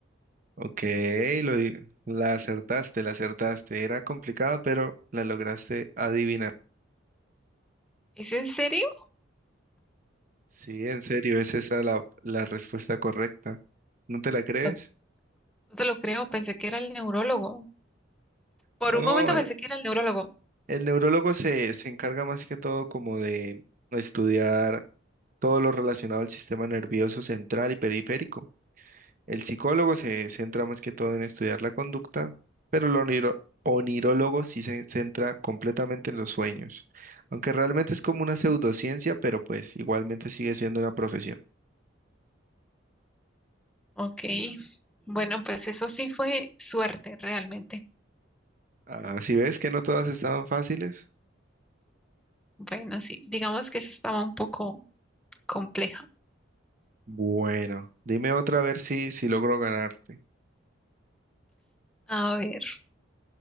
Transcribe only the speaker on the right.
Ok, lo, di- la acertaste, la acertaste. Era complicada, pero la lograste adivinar.
Sí, en serio, es esa la, la respuesta correcta. ¿No te la crees?
No,
eh,
el neurólogo se, se encarga más que todo como de estudiar todo lo relacionado al sistema nervioso central y periférico. El psicólogo se centra más que todo en estudiar la conducta, pero el oniro- onirólogo sí se centra completamente en los sueños, aunque realmente es como una pseudociencia, pero pues igualmente sigue siendo una profesión.
Así ves que no todas estaban fáciles.
Bueno, dime otra a ver si, si logro ganarte.